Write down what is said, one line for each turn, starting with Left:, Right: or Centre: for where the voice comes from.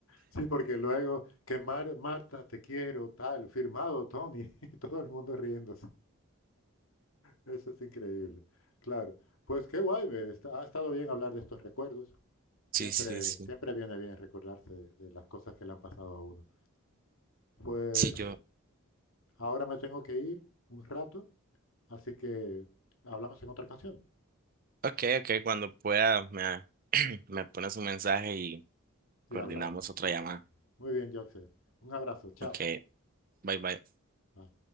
Left: Sí, porque luego que Mar- Marta, te quiero, tal, firmado Tony, <laughs> y todo el mundo riéndose. Eso es increíble. Claro. Pues qué guay, me está- ha estado bien hablar de estos recuerdos.
Right: sí,
Left: Siempre,
Right: sí, sí.
Left: siempre
Right: sí.
Left: viene bien recordarse de, de las cosas que le han pasado a uno. Pues
Right: Sí, yo,
Left: ahora me tengo que ir un rato, así que hablamos en otra ocasión
Right: ok, ok, cuando pueda me, <clears throat> me pones un mensaje y
Left: y
Right: coordinamos
Left: hablamos.
Right: otra llamada.
Left: Muy bien, Joxer. Un abrazo, chao.
Right: Ok, bye, bye.
Left: Bye.